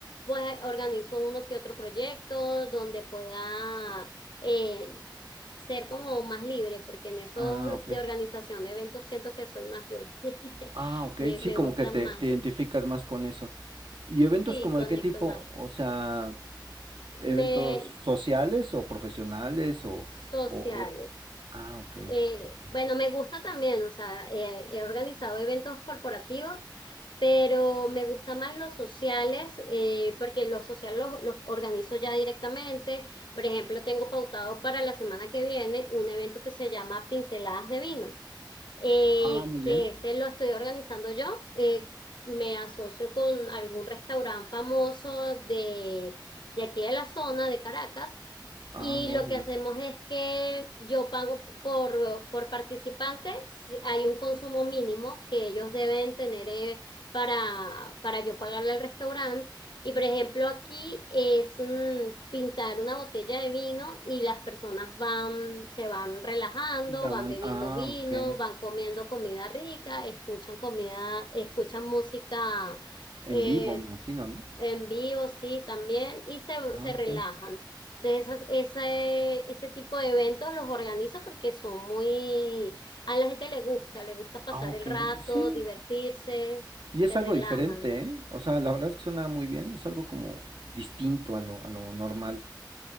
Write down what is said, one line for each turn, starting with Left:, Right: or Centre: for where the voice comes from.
Left: pues eh, organizo uno que otro proyecto donde pueda eh, ser como más libre, porque en eso
Right: Ah, ok.
Left: de organización de eventos siento que soy más yo. <laughs>
Right: Ah, ok.
Left: Me,
Right: Sí,
Left: me
Right: como
Left: gustan
Right: que te,
Left: más.
Right: te identificas más con eso. ¿Y eventos
Left: Sí,
Right: como
Left: conecto
Right: de qué tipo?
Left: más.
Right: O sea, eventos
Left: Me,
Right: sociales o profesionales o,
Left: sociales.
Right: o- o- Ah, ok,
Left: Eh,
Right: ok.
Left: bueno, me gusta también, o sea, eh, he organizado eventos corporativos, pero me gusta más los sociales, eh, porque los sociales los, los organizo ya directamente. Por ejemplo, tengo pautado para la semana que viene un evento que se llama Pinceladas de Vino, eh,
Right: Ah, muy
Left: que
Right: bien.
Left: ese lo estoy organizando yo. eh, me asocio con algún restaurante famoso de, de aquí de la zona de Caracas
Right: Ah,
Left: y
Right: órale.
Left: lo que hacemos es que yo pago por, por participante, si hay un consumo mínimo que ellos deben tener eh, para, para yo pagarle al restaurante. Y por ejemplo, aquí es mm, pintar una botella de vino y las personas van, se van relajando,
Right: La
Left: van
Right: van...
Left: bebiendo
Right: Ah,
Left: vino,
Right: ok.
Left: van comiendo comida rica, escuchan comida, escuchan música
Right: En
Left: eh,
Right: vivo, me imagino, ¿no?
Left: en vivo, sí, también, y se,
Right: Ah,
Left: se relajan.
Right: ok.
Left: Entonces, esas, ese, ese tipo de eventos los organizo porque son muy... A la gente le gusta, le gusta pasar
Right: Ah, ok.
Left: el rato,
Right: Sí.
Left: divertirse,
Right: Y es
Left: se relajan.
Right: algo diferente, ¿eh? O sea, la verdad es que suena muy bien. Es algo como distinto a lo, a lo normal.